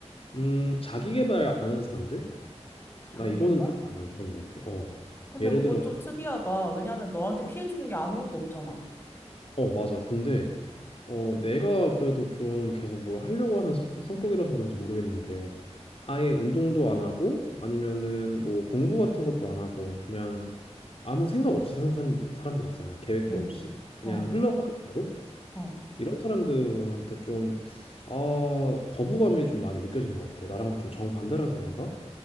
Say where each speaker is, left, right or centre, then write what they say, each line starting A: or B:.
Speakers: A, on the left; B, on the left.
A: 음, 자기 개발 안 하는 사람들?
B: 자기
A: 나 이거는
B: 개발?
A: 좀 마음에 안 드는 것 같아. 어.
B: 근데
A: 예를
B: 그거
A: 들어서
B: 좀 특이하다. 왜냐면 너한테 피해 주는 게 아무것도 없잖아.
A: 어, 맞아. 근데 어, 내가 그래도 좀 계속 뭘 하려고 하는 성, 성격이라서 그런지 모르겠는데, 아예 운동도 안 하고, 아니면은 뭐 공부 같은 것도 안 하고, 그냥 아무 생각 없이 사는 사람들, 사람들 있잖아. 계획도
B: 응
A: 없이. 그냥
B: 어,
A: 흘러가는 대로?
B: 어.
A: 이런 사람들한테 좀, 아, 거부감이 좀 많이 느껴지는 것 같아. 나랑 좀 정반대라서 그런가?